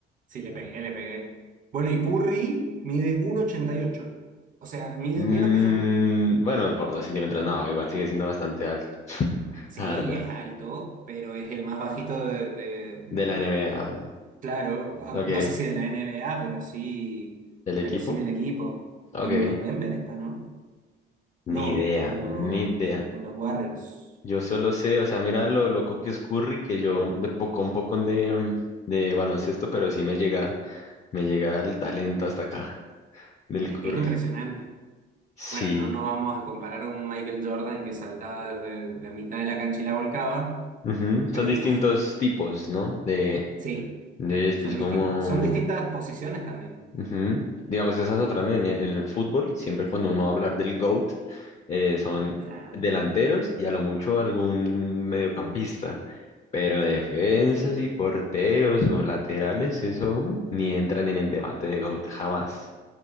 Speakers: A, on the right; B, on the left.
A: Sí, le pegué, le pegué. Bueno, y Curry mide uno ochenta y ocho O sea, mide
B: Mm,
A: menos que yo.
B: bueno, por dos centímetros, no, igual sigue siendo bastante alto. <laughs>
A: Sí,
B: La verdad.
A: es alto, pero es el más bajito de, de-
B: De la NBA.
A: claro, ah,
B: Ok,
A: no sé si de la N B A pero sí,
B: el equipo.
A: pero sí del equipo.
B: Ok,
A: En los Denver está, ¿no? No,
B: ni idea,
A: en los,
B: ni idea.
A: en los Warriors.
B: Yo solo sé, o sea, mira lo loco que es Curry, que yo de poco un poco de, mm, de baloncesto, pero sí me llega, me llega el talento hasta acá del
A: Es
B: Curry.
A: que es impresionante.
B: Sí.
A: Bueno, no, no vamos a comparar a un Michael Jordan que saltaba de la mitad de la cancha y la volcaba,
B: Ujú,
A: pero
B: Son distintos tipos, ¿no? De,
A: sí,
B: de esto,
A: son
B: es
A: distin-
B: como
A: son distintas posiciones también.
B: Ujú. Digamos, esas otras, ¿no? En el, en el fútbol, siempre cuando uno va a hablar del GOAT, eh, son
A: Ajá,
B: delanteros y a lo mucho algún mediocampista, pero defensas
A: sí.
B: y porteros o laterales, eso ujú, ni entran en el debate de GOAT jamás.